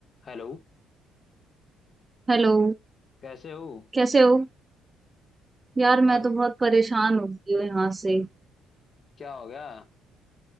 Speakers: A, on the left; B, on the right.
A: हेलो
B: Hello
A: कैसे हो
B: कैसे हो यार
A: मैं
B: मैं तो बहुत परेशान हो गई हूँ यहाँ से
A: क्या हो गया